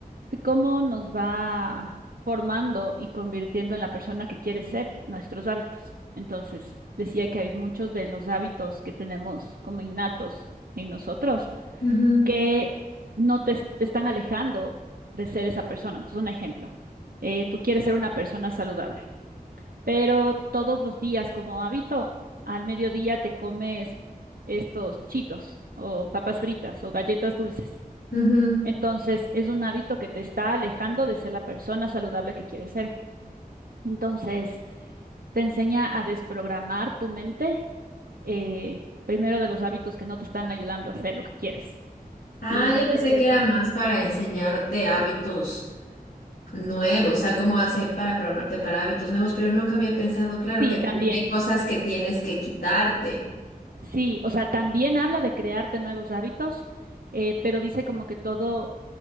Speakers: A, on the right; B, on the left.
A: cómo nos va formando y convirtiendo en la persona que quiere ser nuestros hábitos. Entonces, decía que hay muchos de los hábitos que tenemos como innatos en nosotros
B: Ujú,
A: que no te, te están alejando de ser esa persona. Entonces, un ejemplo, eh, tú quieres ser una persona saludable, pero todos los días como hábito, al mediodía te comes estos chitos o papas fritas o galletas dulces.
B: ujú.
A: Entonces, es un hábito que te está alejando de ser la persona saludable que quieres ser. Entonces, te enseña a desprogramar tu mente, eh, primero de los hábitos que no te están ayudando a hacer lo que quieres.
B: Ah,
A: Y
B: yo
A: dice
B: pensé
A: que,
B: que era
A: ajá,
B: más para enseñarte hábitos nuevos, o sea, cómo hacer para programarte para hábitos nuevos, pero nunca había pensado, claro,
A: sí,
B: que también
A: también,
B: hay cosas que tienes que quitarte.
A: sí, o sea, también habla de crearte nuevos hábitos, eh, pero dice como que todo,